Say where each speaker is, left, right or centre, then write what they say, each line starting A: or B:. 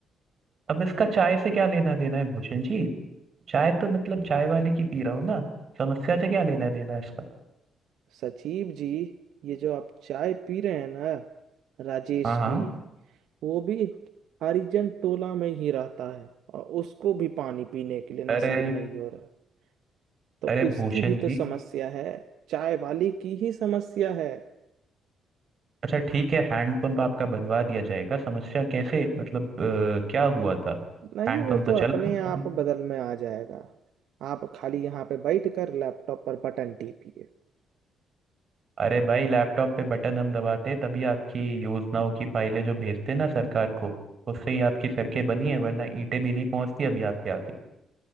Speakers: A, on the right; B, on the right.
A: अब इसका चाय से क्या लेना देना है भूषण जी चाय तो मतलब चाय वाली की पी रहा हूँ ना समस्या से क्या लेना देना है इसका
B: सचिव जी ये जो आप चाय पी रहे हैं ना राजेश
A: हाँ हाँ
B: की वो भी हरिजन टोला में ही रहता है और उसको भी पानी पीने के लिए नसीब
A: अरे
B: नहीं हो रहा तो
A: अरे
B: उसकी
A: भूषण
B: भी तो
A: जी
B: समस्या है चाय वाली की ही समस्या है
A: अच्छा ठीक है हैंडपंप आपका बनवा दिया जाएगा समस्या कैसे मतलब अ, क्या हुआ था
B: नहीं
A: हैंडपंप
B: वो तो
A: तो चल
B: अपने
A: रहा था
B: आप बदल में आ जाएगा आप खाली यहाँ पे बैठ कर लैपटॉप पर बटन टीपिए
A: अरे भाई लैपटॉप पे बटन हम दबाते हैं तभी आपकी योजनाओं की फाइलें जो भेजते हैं ना सरकार को उससे ही आपकी सड़कें बनी है वरना ईंटें भी नहीं पहुंचती अभी आपके आगे